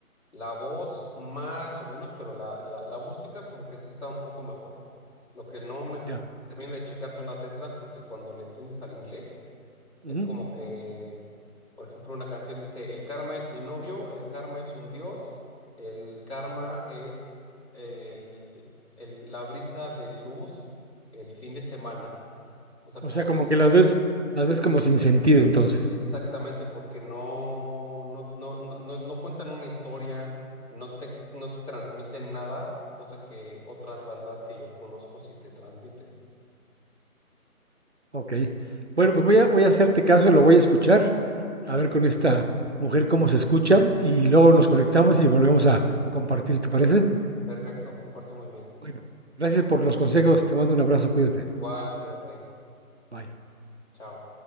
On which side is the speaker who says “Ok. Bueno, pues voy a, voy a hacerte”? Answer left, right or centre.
Right